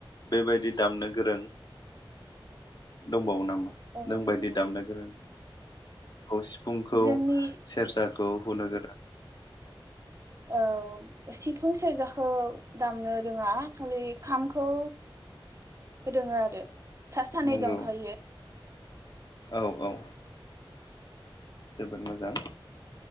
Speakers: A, on the left; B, on the right.
A: बेबायदि दामनो गोरों दंबावो नामा?
B: औ
A: नों बायदि दामनो गोरों। खौ सिफुंखौ
B: जोंनि
A: सेरजाखौ हुनो गोरों।
B: औ सिफुं सेरजाखौ दामनो रोंङा खालि खामखौ रोङो आरो। सासे सानै
A: नंगौ
B: दंखायो।
A: औ औ। जोबोद मोजां